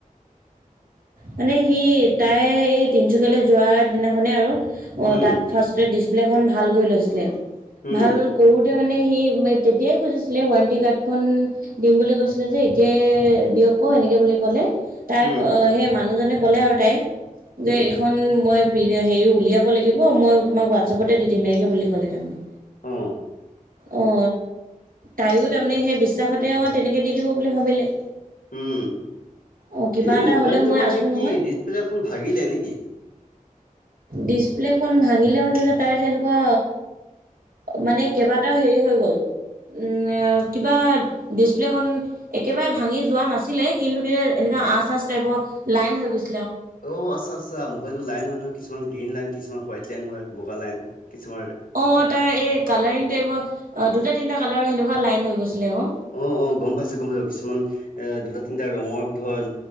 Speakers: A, on the right (about 90°); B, on the left (about 80°).
A: মানে সি তাই এই তিনিচুকীয়ালৈ যোৱাৰ দিনাখনে আৰু অ
B: উম
A: তাত ফাৰ্ষ্ট ডিছপ্লেখন ভাল কৰি লৈছিলে
B: উম
A: ভাল কৰোতে মানে সি তেতিয়াই খুজিছিলে ৱাৰেণ্টি কাৰ্ড খন দিম বুলি কৈছিল যে এতিয়াই দিয়ক আকৌ এনেকৈ বুলি ক'লে তাই
B: উম
A: সেই মানুহজনে ক'লে আৰু তাইক যে
B: উম
A: এইখন মই পিনে হেৰি উলিয়াব লাগিব মই তোমাক হোৱাটছআপতে দি দিম এনেকৈ বুলি ক'লে তাৰমানে।
B: অ।
A: অ তাইয়ো তাৰমানে সেই বিশ্বাসতে অ তেনেকে দি দিব বুলি ভাবিলে।
B: উম।
A: অ' কিবা
B: এনে
A: এটা
B: মোবাইলটো
A: হ'লেও মই
B: মানে
A: আছোঁ
B: কি
A: নহয়
B: ডিছপ্লে এখন ভাগিলে নেকি?
A: ডিচপ্লেখন ভাঙিলে মানে যে তাৰ যেনেকুৱা মানে কেইবাটাও হেৰি হৈ গ'ল। উ কিবা ডিচপ্লেখন একেবাৰে ভাঙি যোৱা নাছিলে কিন্তু এ আচ আচ টাইপৰ লাইন হৈ গৈছে।
B: অ আচ্ছা আচ্ছা মোইলবোৰ লাইন হয় নহয় কিছুমান গ্ৰীণ লাইন কিছুমান হোৱাইট লাইন হয় বগা লাইন। কিছুমাৰ
A: অ তাৰ এই কালাৰিং টাইপৰ অ দুটা তিনটা কালাৰ সেনেকুৱা লাইন হৈ গৈছিলে আকৌ
B: অ অ গম পাইছো গম পাইছো কিছুমান এ দুটা তিনিটা ৰঙৰ ধৰ